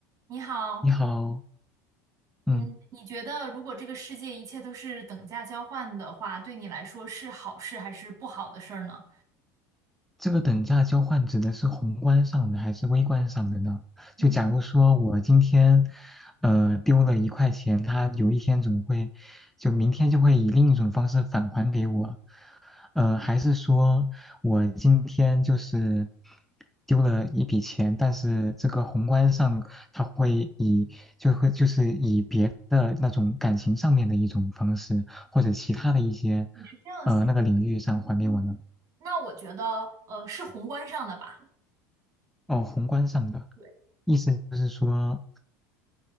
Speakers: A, on the right; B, in the centre.
A: 你好，
B: 你好，
A: 嗯，
B: 嗯，
A: 你觉得如果这个世界一切都是等价交换的话，对你来说是好事还是不好的事儿呢？
B: 这个等价交换指的是宏观上的还是微观上的呢？
A: 嗯，
B: 就假如说我今天，呃，丢了一块钱，它有一天总会，就明天就会以另一种方式返还给我，呃，还是说我今天就是丢了一笔钱，但是这个宏观上它会以就会就是以别的那种感情上面的一种方式，或者其他的一些，
A: 你是这样想，
B: 呃，那个领域上还给我呢？
A: 那我觉得，呃，是宏观上的吧，
B: 哦，宏观上的
A: 对
B: 意思就是说，